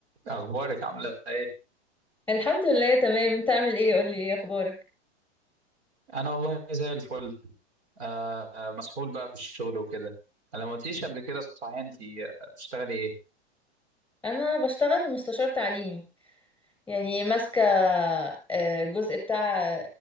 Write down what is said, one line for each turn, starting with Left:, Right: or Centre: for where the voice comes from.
Right: أخبارك عاملة إيه؟
Centre: الحمد لله تمام انت عامل ايه قولي ايه اخبارك
Right: أنا والله زي الفل آه مسحول بقى في الشغل وكده أنا ما قلتليش قبل كده صحيح أنت بتشتغلي إيه؟
Centre: انا بشتغل مستشار تعليمي يعني ماسكه آه، جزء بتاع